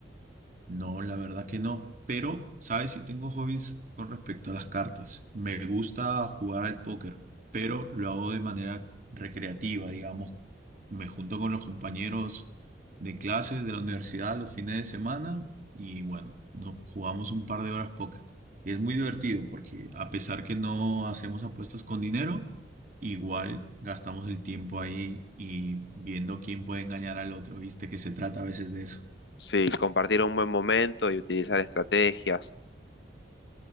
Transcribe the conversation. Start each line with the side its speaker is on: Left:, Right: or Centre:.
Right: No, la verdad que no. Pero, ¿sabes si tengo hobbies con respecto a las cartas? Me gusta jugar al póker, pero lo hago de manera recreativa, digamos. Me junto con los compañeros de clases de la universidad los fines de semana y bueno, nos jugamos un par de horas póker. Y es muy divertido porque a pesar que no hacemos apuestas con dinero, igual gastamos el tiempo ahí y viendo quién puede engañar al otro, ¿viste? Que se trata a veces de eso.
Left: Sí, compartir un buen momento y utilizar estrategias.